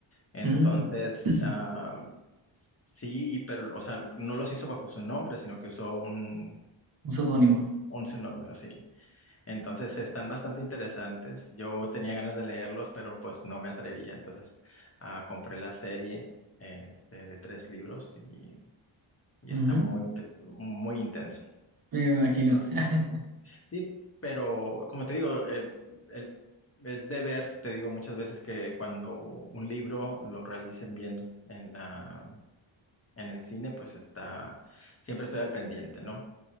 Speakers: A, on the left; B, on the right.
A: Entonces,
B: Mm. <laughs>
A: ah, sí, y pero, o sea, no los hizo bajo su nombre, sino que usó un,
B: Un pseudónimo.
A: un, un seudónimo así. Entonces, están bastante interesantes. Yo tenía ganas de leerlos, pero pues no me atrevía. Entonces, ah, compré la serie este, de tres libros y y
B: Ujú,
A: está muy, inte- muy intenso.
B: Me imagino. <laughs>
A: Sí, pero como te digo, eh, el- es de ver, te digo muchas veces que cuando un libro lo realicen bien en la, en el cine, pues está, siempre estoy al pendiente, ¿no?